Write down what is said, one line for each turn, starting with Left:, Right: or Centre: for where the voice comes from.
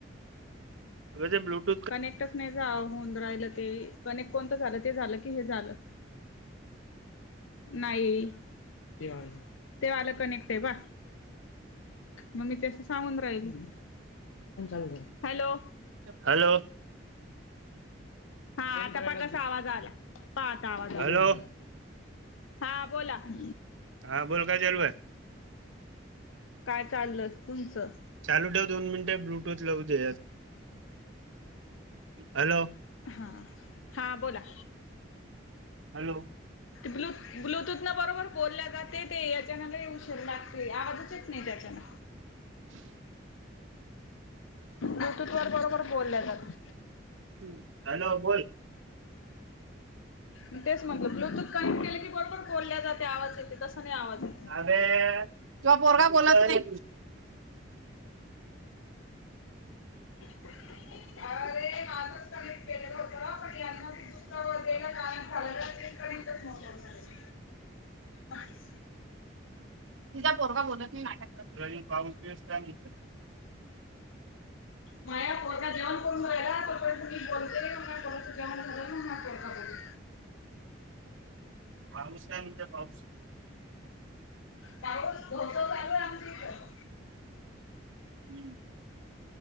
Right: गरिबलोक
Left: कनेक्टच नाही जा होऊन राहिलं ते, कनेक्ट कोणतं झालं? ते झालं की हे झालं. नाही? ते वाला कनेक्ट आहे बा! ! मग मी तेसं सांगून राहिली. <unintelligible> हॅलो.
Right: हॅलो! !
Left: हा आता पण कसा आवाज आला! पाहाआता आवाज आला!
Right: हॅलो
Left: ! हा! बोला! !
Right: हा बोल काय च्यालू आहे?
Left: काय चाललयं तुमचं?
Right: चालू ठेव दोन मिनिटे ब्लूटूथ लऊ दे. हॅलो.
Left: हा हा बोला.
Right: हॅलो.
Left: ब्लू ब्लूतूथनं बरोबर बोलल्या जाते ते, याच्यानमध्ये उशीर लागते. आवाजचच येतं नई त्याच्यान.
Right: <unintelligible>
Left: ब्लूटूथ वर बरोबर बोलल्या जात.
Right: हं हॅलो बोल.
Left: म तेच म्हटलं ब्लूटूथ कनेक्ट केले की, बरोबर बोलल्या जाते. आवाज येत तस नाही आवाज येत.
Right: तूजा पोरगा बोलत नई.
Left: <unintelligible> केलेल होत पण, यांना ते <unintelligible> झालं नाही. ते कनेक्टच नव्हतं झालेलं. <unintelligible>
Right: तुजा पोरगा बोलत न नाटक करतो. <unintelligible>
Left: माया पोरगा जेवण करून रायला, तो पर्यंत मीच बोलते. मग माया पोराचं जेवणं झाल्यावर, मग माया पोरगा बोलील.
Right: पाऊस काय म्हणतय पाऊस?
Left: पाऊस धोधो चालू आहे आमच्या इथं.
Right: हम्म.